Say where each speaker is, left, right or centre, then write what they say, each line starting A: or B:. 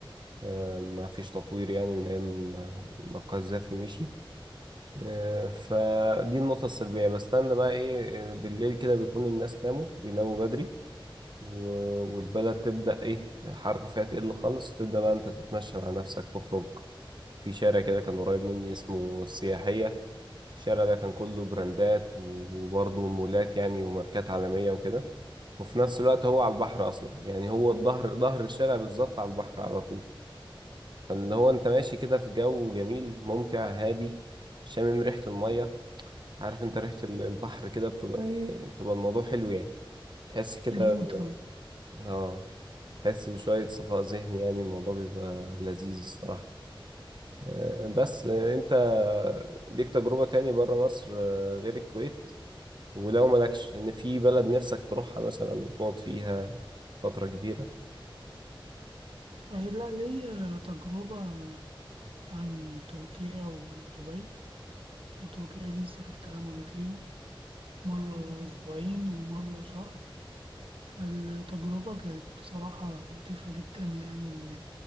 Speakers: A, on the right; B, on the right.
A: آه، ما فيش تطوير يعني من أيام ما ما القذافي مشي آه، فدي النقطة السلبية بستنى بقى ايه آه، بالليل كده بيكون الناس ناموا بيناموا بدري و- والبلد تبدأ ايه الحركة فيها تقل خالص تبدأ بقى انت تتمشى مع نفسك تخرج في شارع كده كان قريب مني اسمه السياحية الشارع ده كان كله براندات وبرضه مولات يعني وماركات عالمية وكده وفي نفس الوقت هو على البحر أصلا يعني هو الظهر ظهر الشارع بالظبط على البحر على طول فاللي هو انت ماشي كده في جو جميل ممتع هادي شامم ريحة المية عارف انت ريحة ال- البحر كده بتبقى ايه بتبقى الموضوع حلو يعني تحس كده
B: اليوتا
A: اه تحس بشوية صفاء ذهني يعني الموضوع بيبقى لذيذ الصراحة آه، بس آه، انت ليك تجربة تاني بره مصر آه، غير الكويت ولو مالكش ان في بلد نفسك تروحها مثلا وتقعد فيها فترة كبيرة
B: آه، لا ليا تجربة يعني تركيا ودبي تركيا دي سافرتها مرتين مرة أسبوعين ومرة شهر فالتجربة كانت بصراحة لطيفة جدا يعني من